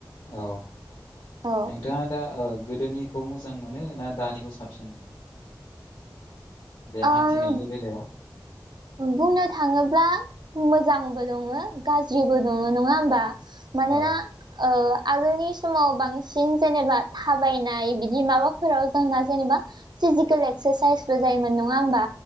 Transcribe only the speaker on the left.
औ नोंथाङा
दा ओ गोदोनि खौ मोजां मोनो ना दानिखौ साबसिन मोनो? बे
हान्थिनायनि बेलायाव
औ